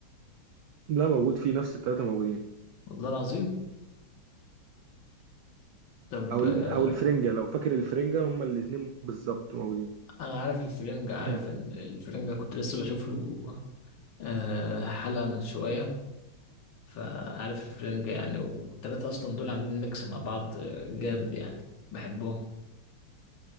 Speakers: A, on the right; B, on the left.
A: لا موجود فيه نفس الثلاثه موجودين
B: والله العظيم طب
A: او
B: آه،
A: ال- او الفرنجه لو فاكر الفرنجه هما الاتنين بالظبط موجودين
B: انا عارف الفرنجة عارف
A: <clears throat>
B: ان الفرنجة كنت لسه بشوف له آه، حلقة من شوية فعارف الفرنجة يعني والتلاتة اصلا دول عاملين ميكس مع بعض آه، جامد يعني بحبهم